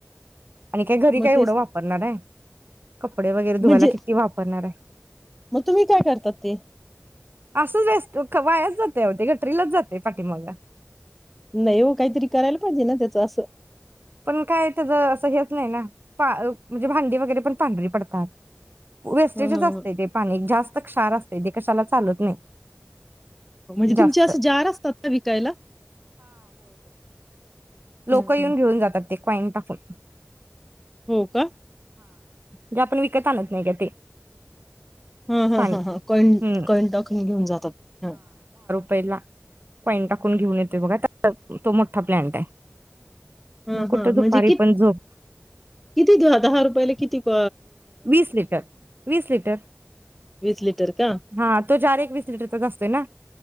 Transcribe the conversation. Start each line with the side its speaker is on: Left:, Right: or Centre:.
Right: आणि काय घरी
Centre: मग
Right: काय एवढं
Centre: तेच
Right: वापरणार आहे कपडे वगैरे धुवायला
Centre: म्हणजे
Right: किती वापरणार आहे
Centre: मग तुम्ही काय करतात ते
Right: असंच असतं क वाया जाते होती गटरीलाच जाते पाठीमागला.
Centre: नाई वो काहीतरी करायला पाहिजे ना त्याचा असं.
Right: पण काय त्याचा असं घेत नाय ना पा उ म्हणजे भांडी वगैरे पण पांढरी पडतात. वेस्टेजच
Centre: ह
Right: असत ते पाणी जास त क्षार असते ते कशाला चालत नाही.
Centre: म्हणजे
Right: जास्त
Centre: तुमचे असं जार असतात का विकायला?
Right: लोकं
Centre: हं,
Right: येऊन
Centre: हं.
Right: घेऊन जातात. ते कॉईन टाकुन
Centre: हो का?
Right: जे आपण विकत आणत नाही का ते
Centre: हं हं
Right: पाणी
Centre: हं कॉईन-कॉईन
Right: हम्म
Centre: टाकून घेऊन जातात.
Right: पहिला कॉईन टाकून घेऊन येते बघ आता <unintelligible> तो मोठा प्लॅंट आहे.
Centre: हां
Right: मग कुठं
Centre: हां
Right: दुपारी
Centre: म्हणजे कित
Right: पण झोप
Centre: किती दया दहा रुपयाले? किती प
Right: वीस लिटर- वीस लिटर
Centre: लिटर का?
Right: हा तो जार एक वीस लिटरचाच असतोय ना,